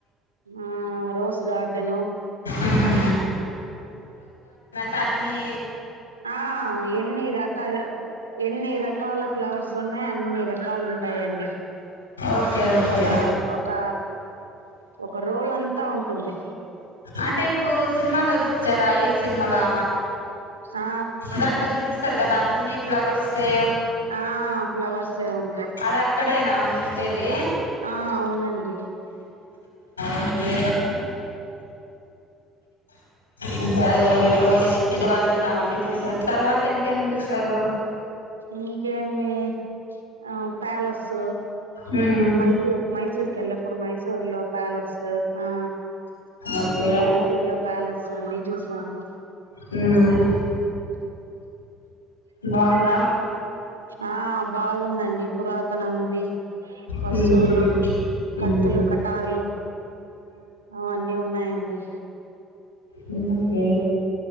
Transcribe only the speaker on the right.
ఆ రో స్ గార్డను
ఆ ఎన్ని రకాల ఎన్ని రకాల ఫ్లవర్స్ ఉన్నాయి అన్ని రకాలు ఉంటాయండి
ఒక ఒక ఒక రోల్ అంతా తుంది
ఆ
ఆ ఫ్లవర్స్ ఉంటాయి
ఆ అవునండి <inaudible>
ఇంకేమి ఆ ప్యాలసు
మైసూర్ మైసూర్కి వెళ్ళప్పుడు మైసూర్ లో ప్యాలెస్ ఆ
మైసూర్ లో ప్యాలస్ అన్ని చూసాము
ఆ బాగుందండి పురాతనంవి వస్తువులు
కత్తులు కటారులు అవన్నీ ఉన్నాయండి